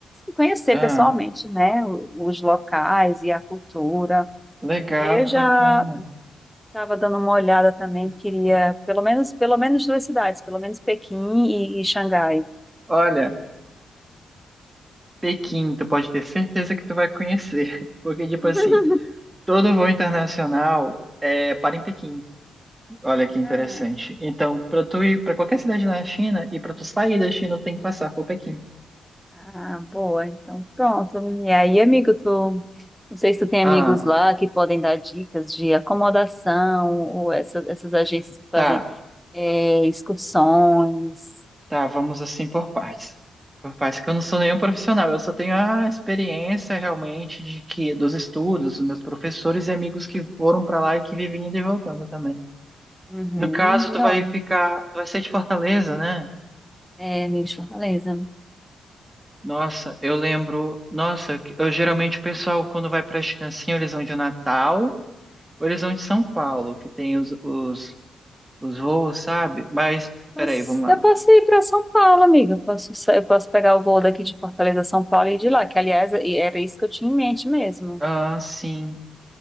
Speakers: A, in the centre; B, on the right (about 15°).
A: conhecer
B: Ah,
A: pessoalmente, né, o- os locais e a cultura.
B: legal,
A: E aí eu
B: que
A: já
B: bacana.
A: Estava dando uma olhada também, queria pelo menos, pelo menos duas cidades, pelo menos Pequim e, e Xangai.
B: Olha, Pequim, tu pode ter certeza que tu vai conhecer, <laughs> porque, tipo
A: <laughs>
B: assim, todo voo internacional é para em Pequim. Olha que interessante.
A: Ah,
B: Então, para tu ir para qualquer cidade na China e para tu sair da China, tem que passar por Pequim.
A: ah, boa, então pronto. E aí, amigo, tu, não sei se tu tem
B: Ah,
A: amigos lá que podem dar dicas de acomodação ou essas, essas agências que
B: tá,
A: fazem é, excursões.
B: tá, vamos assim por partes. Por partes que eu não sou nenhum profissional, eu só tenho a experiência realmente de que dos estudos, dos meus professores e amigos que foram para lá e que vivem indo e voltando também.
A: Uhum,
B: No caso,
A: uhum.
B: tu
A: ó,
B: vai ficar, tu vai ser de Fortaleza, né?
A: é, amigo de Fortaleza.
B: Nossa, eu lembro, nossa, eu geralmente o pessoal quando vai para a China assim, ou eles vão de Natal, ou eles vão de São Paulo, que tem os, os os voos, sabe? Mas,
A: Mas
B: peraí, vamos lá.
A: eu posso ir para São Paulo, amiga. Eu posso, sa- eu posso pegar o voo daqui de Fortaleza São Paulo e ir de lá, que aliás e era isso que eu tinha em mente mesmo.
B: Ah, sim.